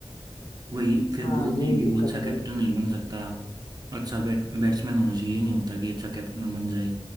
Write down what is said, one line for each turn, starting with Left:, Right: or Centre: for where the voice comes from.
Right: वही फिर
Left: हाँ
Right: बोलते
Left: यही
Right: हैं कि
Left: दिक्कत
Right: वो अच्छा
Left: है
Right: कैप्टन
Left: भाई
Right: नहीं बन सकता अच्छा बैट बैट्समैन होना चाहिए ये नहीं होता कि अच्छा कैप्टन बन जाए